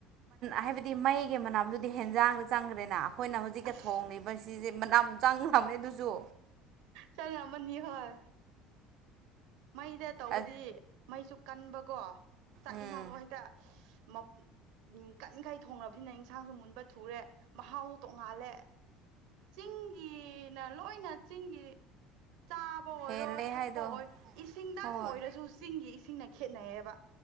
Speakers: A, on the right; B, on the right.
A: ꯍꯥꯏꯕꯗꯤ ꯃꯩꯒꯤ ꯃꯅꯥꯝꯗꯨꯗꯤ ꯍꯦꯟꯖꯥꯡꯗ ꯆꯪꯈ꯭ꯔꯦꯅ ꯑꯩꯈꯣꯏꯅ ꯍꯧꯖꯤꯛꯀ
B: ꯑꯁ
A: ꯊꯣꯡꯂꯤꯕ ꯁꯤꯁꯦ ꯃꯅꯝ ꯆꯥꯡ ꯅꯃꯦ ꯑꯗꯨꯁꯨ
B: ꯆꯪꯉꯝꯃꯅꯤ ꯍꯣꯏ ꯃꯩꯗ ꯇꯧꯕꯗꯤ
A: ꯑ
B: ꯃꯩꯁꯨ ꯀꯟꯕꯀꯣ ꯆꯥꯛ
A: ꯎꯝ
B: ꯌꯦꯟꯁꯥꯡꯁꯨ ꯍꯦꯛꯇ ꯎ ꯀꯟꯅꯤꯡꯈꯥꯏ ꯊꯣꯡꯔꯕꯅꯤꯅ ꯏꯟꯁꯥꯡꯁꯨ ꯃꯨꯟꯕ ꯊꯨꯔꯦ ꯃꯍꯥꯎꯁꯨ ꯇꯣꯡꯉꯥꯜꯂꯦ ꯆꯤꯡꯒꯤꯅ ꯂꯣꯏꯅ ꯆꯤꯡꯒꯤ ꯆꯥꯕ ꯑꯣꯏꯔꯣ
A: ꯍꯦꯜꯂꯦ
B: ꯊꯛꯄ
A: ꯍꯥꯏꯗꯣ
B: ꯑꯣꯏꯔꯣ ꯏꯁꯤꯡꯗꯪ
A: ꯍꯣꯏ
B: ꯑꯣꯏꯔꯁꯨ ꯆꯤꯡꯒꯤ ꯏꯁꯤꯡꯅ ꯈꯦꯠꯅꯩꯌꯦꯕ